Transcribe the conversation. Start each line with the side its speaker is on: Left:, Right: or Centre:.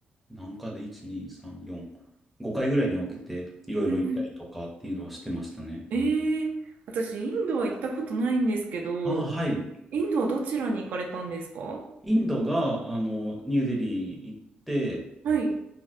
Centre: 何回で、1、2、3、4、5回ぐらいに分けて、いろいろ行ったりとかっていうのはしてましたね。
Right: うん、うん。ええ私、インドは行ったことないんですけど、
Centre: ああ、はい。
Right: インドはどちらに行かれたんですか
Centre: インドが、あの、ニューデリー行って、
Right: はい、